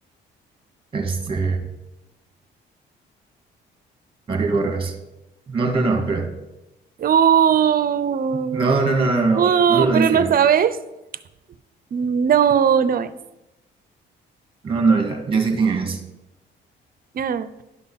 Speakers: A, on the right; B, on the right.
A: Este, Mario Vargas. No, no, no, espera.
B: Uh,
A: No, no, no, no, no,
B: uh,
A: no lo
B: pero
A: dije.
B: no
A: No,
B: sabes. No, no es.
A: no, no, ya, ya sé quién es.
B: Ah,